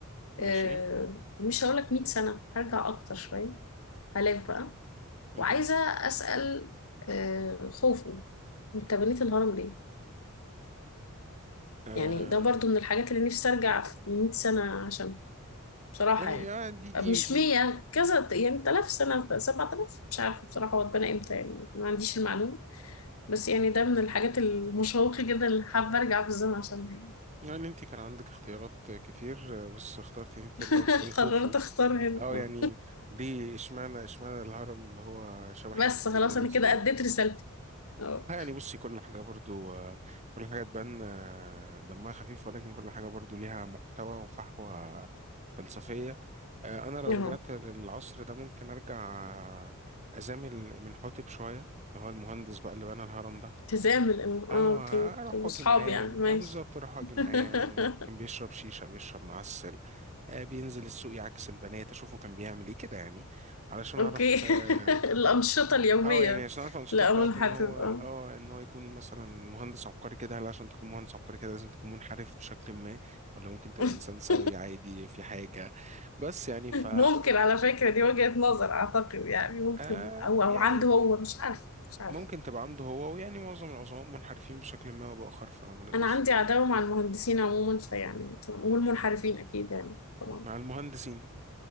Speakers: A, on the left; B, on the right.
A: آه
B: ماشي
A: مش هقولك 100 سنة هرجع اكتر شوية الاف بقى
B: مهم.
A: وعايزة اسأل آه خوفو انت بنيت الهرم
B: آه
A: يعني ده برضو من الحاجات اللي نفسي ارجع في 100 سنة عشان بصراحة
B: يعني
A: يعني
B: آه، دي دي
A: مش
B: دي
A: 100 كذا يعني 3000 سنة 7000 مش عارفة بصراحة هو اتبنى امتى يعني ما عنديش المعلومة بس يعني ده من الحاجات المشوقة جدا اللي حابة ارجع في الزمن عشانها يعني
B: يعني انت كان عندك اختيارات كتير بس اخترت ان انت ترجعي
A: <laughs>
B: تسألي خوفو
A: قررت اختار هنا
B: اه
A: اه
B: يعني ليه اشمعنى اشمعنى الهرم اللي هو
A: <laughs>
B: شبه
A: بس
B: حتة الجبنة
A: خلاص
B: النستو
A: انا كده
B: ده
A: اديت رسالتي اه
B: اه يعني بصي كل حاجة برضو آه، كل حاجة تبان آه، دمها خفيف ولكن كل حاجة برضو ليها محتوى وفحوى فلسفية آه، انا
A: <laughs>
B: لو
A: اه
B: رجعت للعصر ده ممكن ارجع آه، ازامل من حوتب شوية اللي هو المهندس بقى اللي بنى الهرم ده
A: التزام الإمام.
B: اه
A: اه اوكي
B: اروح
A: واصحابي
B: واجي معاه
A: يعني ماشي
B: اه بالظبط اروح واجي
A: <laughs>
B: معاه كان بيشرب شيشه بيشرب معسل آه بينزل السوق يعكس البنات اشوفه كان بيعمل ايه كده يعني علشان اعرف
A: أوكي
B: اه
A: <laughs> الأنشطة اليومية
B: آه، يعني عشان اعرف الانشطه
A: لا
B: بتاعت
A: أظن هتبقى
B: ان هو اه ان هو يكون مثلا مهندس عبقري كده هل عشان تكون مهندس عبقري كده لازم تكون منحرف بشكل ما ولا ممكن تبقى
A: <laughs>
B: انسان سوي عادي في حاجه بس يعني ف
A: ممكن على فكرة دي وجهة نظر أعتقد يعني ممكن
B: آه
A: أو أو
B: يعني
A: عنده هو مش عارف مش عارف
B: ممكن تبقى عنده هو ويعني معظم العظماء منحرفين بشكل ما او باخر فما نقدرش
A: أنا عندي
B: نلومهم
A: عداوة مع المهندسين عموما فيعني طب- والمنحرفين أكيد يعني طبعا
B: مع المهندسين